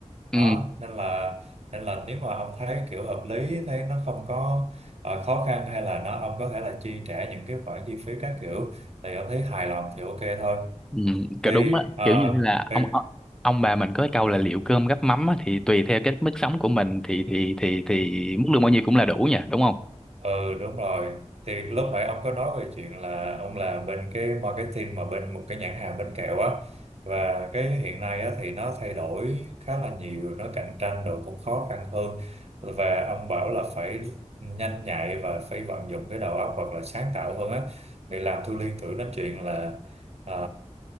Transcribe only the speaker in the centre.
ừ
À,
Ừ, cái
đúng á
kiểu như là
ông ông ông bà mình có cái câu là liệu cơm gắp mắm á, thì tùy theo cái mức sống của mình thì thì thì thì mức lương bao nhiêu cũng là đủ nha đúng không